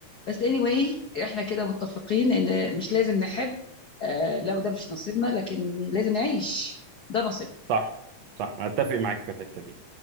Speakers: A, on the left; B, on the right.
A: بس اني anyway احنا كده متفقين ان مش لازم نحب آه لو ده مش نصيبنا لكن لازم نعيش ده نصيبنا
B: صح صح أنا أتفق معاك في الحتة دي